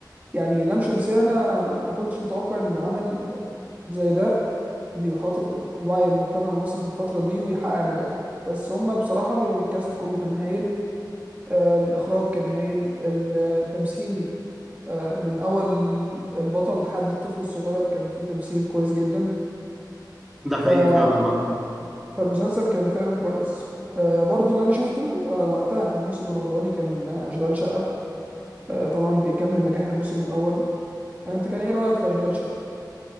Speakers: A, on the right; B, in the centre.
A: يعني لام شمسية انا ما كنتش متوقع ان عمل زي ده بيخاطب وعي المجتمع المصري في الفترة دي ويحقق نجاح بس هما بصراحة الكاست كله كان هايل آه، الإخراج كان هايل التمثيل آه، من أول البطل لحد الطفل الصغير كان فيه تمثيل كويس جدا
B: ده حقيقي
A: ف...
B: فعلا اه
A: فالمسلسل كان فعلا كويس آه، برضو اللي أنا شفته آه، وقتها في الموسم الرمضاني كان آه، أشغال شقة آه، طبعا بيكمل نجاح الموسم الأول آه، أنت كان إيه رأيك في أشغال شقة؟